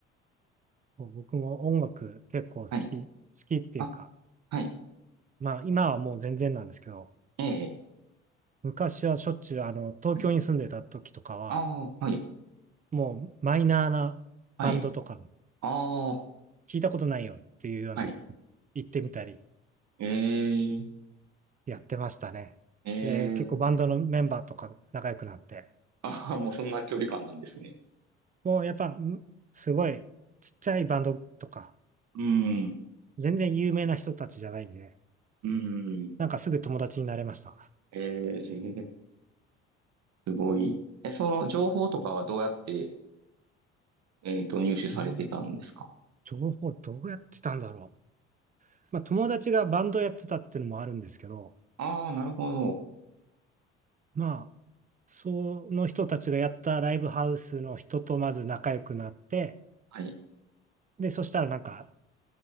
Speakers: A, on the right; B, on the right.
A: 僕も音楽結構好き、
B: はい。
A: 好きっていうか、
B: あ、はい。
A: まあ今はもう全然なんですけど、
B: ええ
A: 昔はしょっちゅうあの東京に住んでた時とかは、
B: はいああ、はい、
A: もうマイナーなバンドとか、
B: はい。ああ、
A: 聞いたことないよっていうようなとこ行ってみたり
B: はい。ええ、
A: やってましたね。
B: ええ、
A: で、結構バンドのメンバーとか仲良くなって、
B: ああ、<laughs> もうそんな距離感なんですね。
A: もうやっぱんすごいちっちゃいバンドとか、
B: うん、
A: 全然有名な人たちじゃないんで、
B: うん、
A: なんかすぐ友達になれました。
B: ええ、すごい。え、その情報とかはどうやって、えっと、入手されてたんですか
A: 情、情報どうやってたんだろう。まあ友達がバンドやってたっていうのもあるんですけど、
B: ああ、なるほど。
A: まあ、その人たちがやったライブハウスの人とまず仲良くなって、
B: はい。
A: で、そしたらなんか、